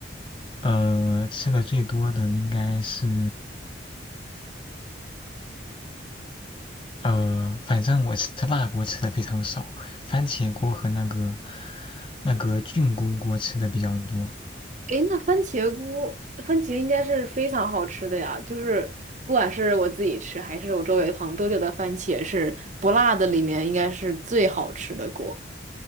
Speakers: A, on the left; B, on the right.
A: 呃，吃的最多的应该是呃，反正我吃辣锅吃的非常少，番茄锅和那个那个菌菇锅吃的比较多。
B: 诶，那番茄菇，番茄应该是非常好吃的呀。就是不管是我自己吃，还是我周围的朋友，都觉得番茄是不辣的里面应该是最好吃的锅。